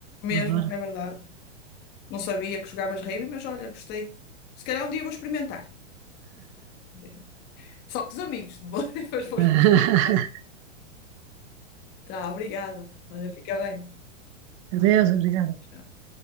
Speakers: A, on the right; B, on the left.
A: por
B: Mesmo,
A: agora.
B: é verdade. Não sabia que jogavas rave, mas olha, gostei. Se calhar um dia vou experimentar. <laughs> Só com os amigos, não vou, <laughs> mas
A: <laughs>
B: vou experimentar. Tá, obrigada. Olha, fica bem.
A: Adeus, obrigada.
B: Tchau.